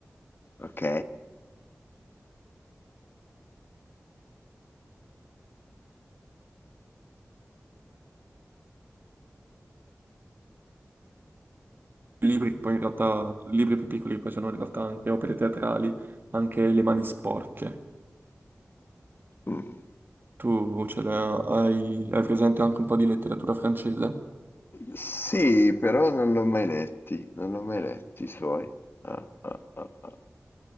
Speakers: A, on the left; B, on the right.
A: Ok.
B: libri che poi in realtà, libri più piccoli che poi sono in realtà anche opere teatrali, anche Le mani sporche.
A: Mm.
B: Tu ce l'hai, hai hai presente anche un po' di letteratura francese?
A: Sì, però non l'ho mai letti, non l'ho mai letti i suoi. Ah, ah, ah, ah.